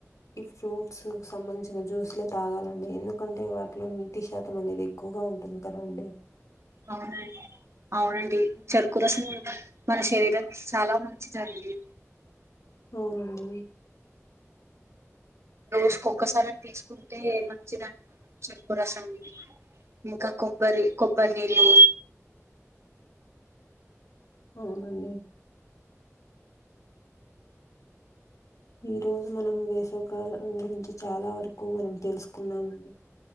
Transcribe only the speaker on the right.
అవునండి అవునండి చెరుకు రసం మన శరీరకి చాలా మంచిదండి
రోజుకిఒక్కసారైనా తీసుకుంటే మంచిదండి చెరుకు రసం ఇంకా కొబ్బరి కొబ్బరి నీళ్లు